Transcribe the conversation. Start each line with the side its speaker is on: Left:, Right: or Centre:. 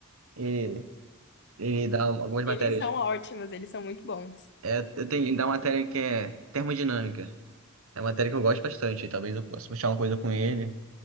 Right: e ele dá algumas matérias.
Left: Eles são ótimos, eles são muito bons.
Right: É, eu tenho, ele dá uma matéria que é termodinâmica. É uma matéria que eu gosto bastante, talvez eu possa puxar uma coisa com ele.